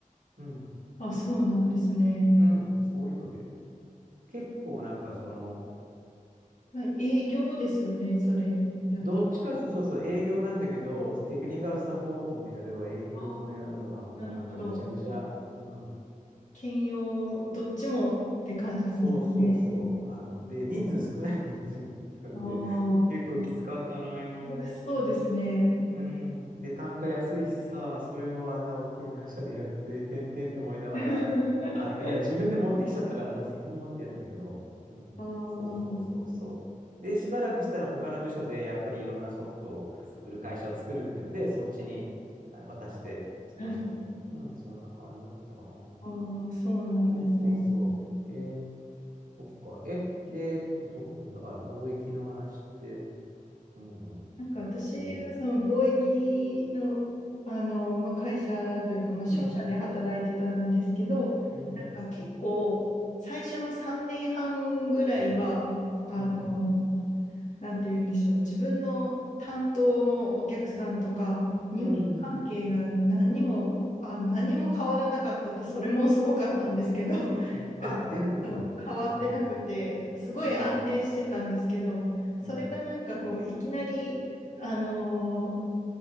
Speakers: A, on the right (about 80°); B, on the left (about 60°).
A: うん。
B: あ、そうなんですね。
A: そうそう。うん。そういうので。結構なんかその、
B: はい、営業ですよね、それやっと。
A: どっちかというとそうそう営業なんだけど、テクニカルサポートもやるわ、営業もやるわ、
B: ああ、
A: もうなんかぐちゃぐちゃ。
B: なるほど。
A: うん。
B: 兼用、どっちもって感じなんですね。
A: そうそうそう。あの、で、人数少ない人数だったんで、
B: ああ、
A: 結構きつかったな、今思うと
B: 楽しそうですね。
A: うん。で、単価安いしさ、それをあんな大きい会社でやるって、てんてんと思いながら、
B: <laughs>
A: あの、いや、自分で持ってきちゃったからさ、責任持ってやるんだけど。うん。
B: ああ。
A: そうそうそうそう。で、しばらくしたら他の部署で、やっぱりいろんなソフトを売る会社を作るっていうんで、そっちにあ渡して、その仕事。
B: はい。
A: うん、そんな感じだったかな。
B: ああ、そうなんですね。
A: そうそうそう。えー、そっか。え、で、えっとそっか。でだから貿易の話って、うん、うん、
B: なんか私はその貿易の、
A: そ
B: あの、まあ、会社というか、まあ、商社で働いてたんですけど、
A: う。うん、うん、
B: なんか結構最初の3年半ぐらいは、あの、
A: うん。
B: なんて言うんでしょう、自分の担当のお客さんとか、人間関係が何にも、
A: うん。
B: あ、何にも変わらなかったって、それもすごかったんですけど、<laughs> なんかずっと変わってなくて、
A: うん。あ、でも、うん、
B: すごい安定してたんですけど、
A: うん、うん、
B: それがなんかこう、いきなり、あのー